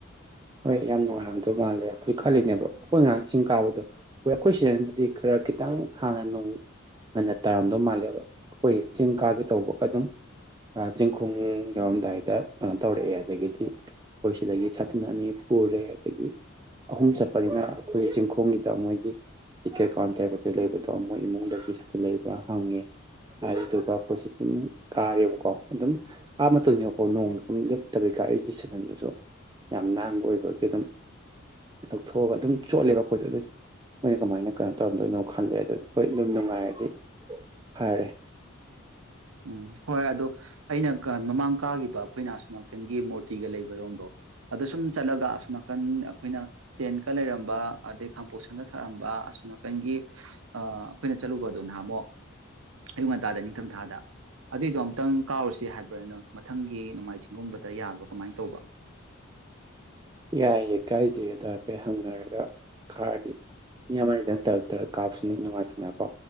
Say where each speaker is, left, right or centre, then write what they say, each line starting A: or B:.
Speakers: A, on the right; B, on the right.
A: ꯍꯣꯏ ꯌꯥꯝ ꯅꯨꯡꯉꯥꯏꯔꯝꯗꯧ ꯃꯥꯜꯂꯦ ꯑꯩꯖꯤꯣꯏ ꯈꯜꯂꯤꯅꯦꯕ ꯑꯩꯈꯣꯏ ꯉꯥꯏꯍꯥꯛ ꯆꯤꯡ ꯀꯥꯕꯗꯣ ꯍꯣꯏ ꯑꯩꯈꯣꯏ ꯁꯤꯖꯟꯕꯨꯗꯤ ꯈꯔ ꯈꯤꯇꯪ ꯍꯥꯟꯅ ꯅꯣꯡ ꯉꯟꯅ ꯇꯥꯔꯝꯗꯧ ꯃꯥꯜꯂꯦꯕ ꯑꯩꯈꯣꯏ ꯆꯤꯡ ꯀꯥꯒꯦ ꯇꯧꯕꯒ ꯑꯗꯨꯝ ꯆꯤꯡꯈꯣꯡ ꯌꯧꯔꯝꯗꯥꯏꯗ ꯀꯩꯅꯣ ꯇꯧꯔꯛꯑꯦ ꯑꯗꯒꯤꯗꯤ ꯑꯩꯈꯣꯏ ꯁꯤꯗꯒꯤ ꯑꯗꯨꯟ ꯑꯅꯤ ꯄꯨꯔꯦ ꯑꯗꯒꯤ ꯑꯍꯨꯝ ꯆꯠꯄꯅꯤꯅ ꯑꯩꯈꯣꯏꯒꯤ ꯆꯤꯡꯈꯣꯡꯒꯤꯗ ꯃꯣꯏꯒꯤ ꯇꯤꯛꯀꯦꯠ ꯀꯥꯎꯟꯇꯔ ꯀꯩꯀꯩ ꯂꯩꯕꯗꯣ ꯃꯣꯏ ꯏꯃꯨꯡꯗꯒꯤ ꯁꯤꯗ ꯂꯩꯕ꯭ꯔꯥ ꯍꯪꯉꯦ ꯑꯗꯨꯗꯨꯒ ꯑꯩꯈꯣꯏꯁ ꯑꯗꯨꯝ ꯀꯥꯔꯦꯕꯀꯣ ꯑꯗꯨꯝ ꯑꯥ ꯃꯇꯨꯡ ꯌꯧꯐꯥꯎ ꯅꯣꯡ ꯑꯗꯨꯝ ꯂꯦꯞꯇꯕꯤꯀꯥꯏ ꯑꯩꯒꯤ ꯁꯅꯟꯗꯨꯁꯨ ꯌꯥꯝ ꯅꯥꯟꯕ ꯑꯣꯏꯕꯒꯤ ꯑꯗꯨꯝ ꯂꯧꯊꯣꯛꯑꯒ ꯑꯗꯨꯝ ꯆꯣꯠꯂꯦꯕ ꯑꯩꯈꯣꯏꯗꯣ ꯑꯗꯨ ꯃꯣꯏꯅ ꯀꯃꯥꯏꯅ ꯀꯩꯅꯣ ꯇꯧꯔꯝꯗꯣꯏꯅꯣ ꯈꯜꯂꯦ ꯑꯗꯨ ꯍꯣꯏ ꯑꯗꯨꯝ ꯅꯨꯡꯉꯥꯏꯔꯗꯤ ꯐꯔꯦ
B: ꯎꯝ ꯍꯣꯏ ꯑꯗꯣ ꯑꯩꯅ ꯃꯃꯥꯡ ꯀꯥꯈꯤꯕ ꯑꯩꯈꯣꯏꯅ ꯑꯁꯣ ꯅꯥꯀꯟꯒꯤ ꯃꯨꯔꯇꯤꯒ ꯂꯩꯕꯔꯣꯝꯗꯣ ꯑꯗꯣ ꯁꯨꯝ ꯆꯠꯂꯒ ꯑꯁꯣ ꯅꯥꯀꯟ ꯑꯩꯈꯣꯏꯅ ꯇꯦꯟꯠꯀ ꯂꯩꯔꯝꯕ ꯑꯗꯩ ꯈꯥꯄꯣꯛꯁꯟꯒ ꯁꯥꯔꯝꯕ ꯑꯁꯣ ꯅꯥꯀꯟꯒꯤ ꯑꯩꯈꯣꯏꯅ ꯆꯠꯂꯨꯕꯗꯨ ꯅꯍꯥꯟꯃꯨꯛ ꯑꯌꯨꯛ ꯉꯟꯇꯥꯗ ꯅꯤꯡꯊꯝꯊꯥꯗ ꯑꯗꯨꯏꯗꯣ ꯑꯃꯨꯛꯇꯪ ꯀꯥꯎꯔꯨꯁꯤ ꯍꯥꯏꯕ꯭ꯔꯥꯅ ꯃꯊꯪꯒꯤ ꯅꯣꯡꯃꯥꯏ ꯆꯤꯡꯒꯨꯝꯕꯗ ꯌꯥꯕ꯭ꯔꯣ ꯀꯃꯥꯏꯅ ꯇꯧꯕ
A: ꯌꯥꯏꯌꯦ ꯀꯥꯏꯗꯦ ꯑꯗꯣ ꯍꯥꯏꯐꯦꯠ ꯍꯪꯅꯔꯒ ꯈꯥꯔꯗꯤ ꯃꯤ ꯑꯃꯗꯪ ꯇꯔꯛ ꯇꯔꯛ ꯀꯥꯞꯁꯨꯅꯤ ꯅꯨꯡꯉꯥꯏꯇꯅꯀꯣ